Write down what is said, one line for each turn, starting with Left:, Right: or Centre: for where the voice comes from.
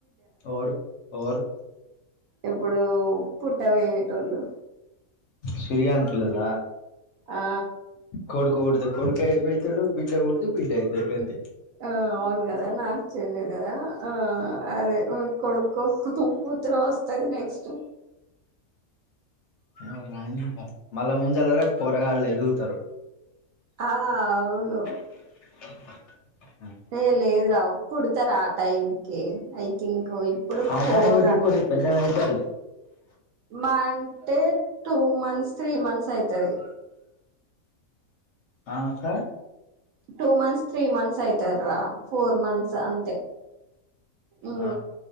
Left: ఓరు ఓరు
Right: ఎప్పుడు పుట్ట పోయేటోళ్లు
Left: సూరియాన్ పిల్లల
Right: ఆ
Left: కొడుకు పుడితే కొడుకా అయిపోతాడు బిడ్డ పుడితే బిడ్డ అయితాడు అంతే
Right: ఆ అవును కదా నాకు చెంది కదా ఆ అదే కొడుక్కోకు కూతురు వస్తుంది నెక్స్ట్
Left: <unintelligible> మళ్ళ ముజలరకు పోరగాళ్ళలు ఎదుగుతారు
Right: ఆ అవును
Left: <inaudible>
Right: ఏ లేదు రా పుడతారా ఆ టైం ఓకే ఐ థింక్ ఇప్పుడు
Left: ఆ
Right: ఫోర్
Left: దాన్ని బట్టి
Right: అంట
Left: ఇంకొంచెం పెద్దగా అయితారు
Right: మంతే టూ మంత్స్ త్రీ మంత్స్ అయితది
Left: ఆ అక్క
Right: టూ మంత్స్ త్రీ మంత్స్ అయితారు ఫోర్ మంత్స్ అంతే ఊ
Left: ఆ